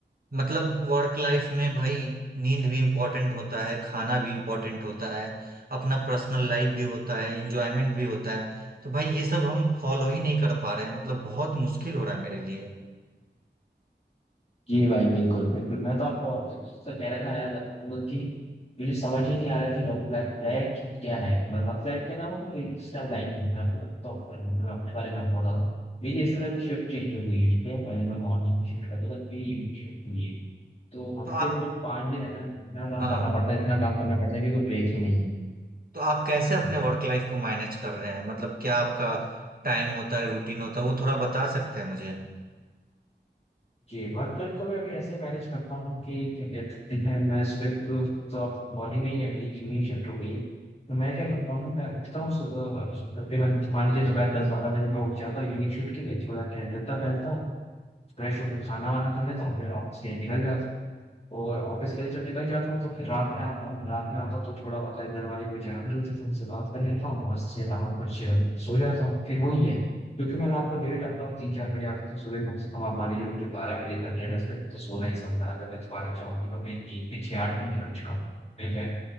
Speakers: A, on the right; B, on the left.
A: मतलब वर्क लाइफ में भाई नींद भी इम्पोर्टेंट होता है खाना भी इम्पोर्टेंट होता है अपना पर्सनल लाइफ भी होता है इंजॉयमेंट भी होता है तो भाई ये सब हम फॉलो ही नहीं कर पा रहे हैं मतलब बहुत मुश्किल हो रहा है मेरे लिए
B: जी भाई बिल्कुल बिल्कुल मैं तो आपको आपका कह रहा था यार मैं तो बोल कि मुझे समझ ही नहीं आ रहा है कि लॉन्ग फ्लैट है कि क्या है मरमत फ्लैट के नाम हो तो कोई एक्स्ट्रा लाइन मैं आपको बताता हूँ पर मतलब अपने बारे में आपको बताऊँ मेरी इस तरह की शिफ्ट चेंज हो गई है ठीक है पहले मैं मॉर्निंग की शिफ्ट करता था फिर इवनिंग शिफ्ट हुई है तो हफ्ते
A: तो आप
B: में जो पाँच दिन है ना इतना काम
A: हाँ
B: करना पड़ता है इतना काम करना पड़ता है क्योंकि ब्रेक ही नहीं
A: तो आप कैसे अपने
B: है
A: वर्क लाइफ को मैनेज कर रहे हैं मतलब क्या आपका टाइम होता है रूटीन होता है वो थोड़ा बता सकते हैं मुझे
B: जी वर्क लाइफ को मैं अभी ऐसे मैनेज करता हूँ कि क्या कहते हैं मैं सुबह को तो मॉर्निंग में ही अभी इवनिंग शिफ्ट हो गई है तो मैं क्या करता हूँ मैं उठता हूँ सु- अ, तकरीबन मान लीजिए दोपहर दस बारह बजे मैं उठ जाता हूँ इवनिंग शिफ्ट के लिए थोड़ा टहलता पहलता हूँ फ्रेश होकर खाना वाना खा लेता हूँ फिर ऑफिस के लिए निकल जाता हूँ और ऑफिस के लिए जब निकल जाता हूँ तो फिर रात में आता हूँ रात में आता हूँ तो थोड़ा बहुत अगर घर वाले कोई जागरूक होते तो उनसे बात कर लेता हूँ और इसके अलावा कुछ सो जाता हूँ फिर वही है क्योंकि मैं रात को लेट आता हूँ तीन चार बजे आता हूँ तो सुबह कम से कम आप मान लीजिए मुझे बारह बजे तक या दस बजे तो सोना ही समझा अगर मैं दोबारा चाहूंगी तो मेरी नींद भी छह आठ घंटे और शाम मिल जाए